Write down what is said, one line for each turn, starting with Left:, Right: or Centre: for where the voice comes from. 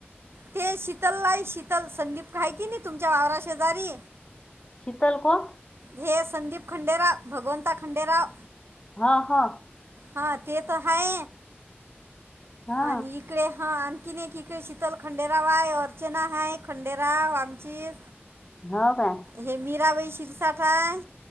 Right: ते शीतल लाई शीतल संदीप काय कि नाही तुमच्या वावरा शेजारी.
Left: शीतल को''--''
Right: हे संदीप खंडेराव भगवंता खंडेराव.
Left: हा हा,
Right: हा ते तर हाय
Left: हा
Right: आणि ईक ''--'' इकडे हा आणखिने एक इकडे शितल खंडेराव आय अर्चना हाय खंडेराव आमची.
Left: हाव काय.
Right: हे मीरा बाई शीरसाठा हाय.